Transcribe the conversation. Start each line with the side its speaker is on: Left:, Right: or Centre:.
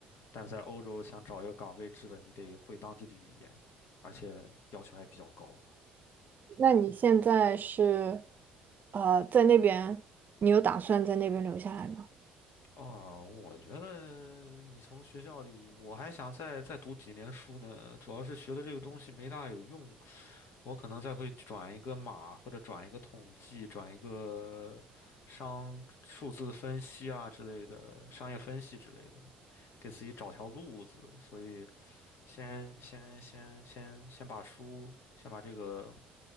Left: 但在欧洲想找一个岗位制的，你得会当地的语言，而且要求还比较高。
Right: 那你现在是呃在那边，你有打算在那边留下来吗？
Left: 哦，我觉得你从学校里，我还想再再读几年书呢。主要是学的这个东西没大有用，我可能再会转一个码，或者转一个统计，转一个商数字分析啊之类的，商业分析之类的，给自己找条路子。所以先先先先先把书，先把这个